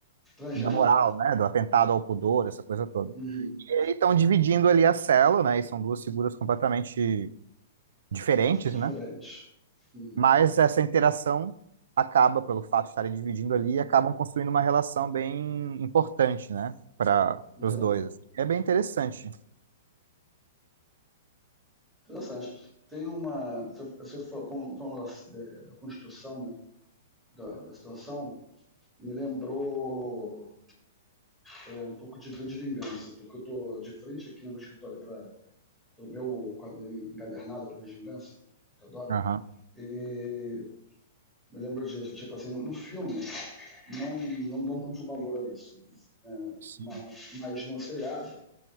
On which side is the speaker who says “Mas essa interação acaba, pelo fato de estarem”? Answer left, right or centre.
Right